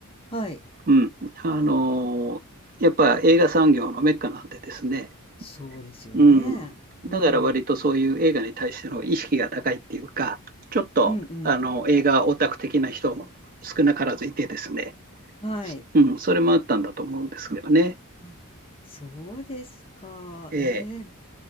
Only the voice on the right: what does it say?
うん。あの、やっぱ映画産業のメッカなんでですね。
うん。
だから割とそういう映画に対しての意識が高いっていうか、ちょっと、
あの、映画オタク的な人も少なからずいてですね。
うん、それもあったんだと思うんですけどね。
ええ、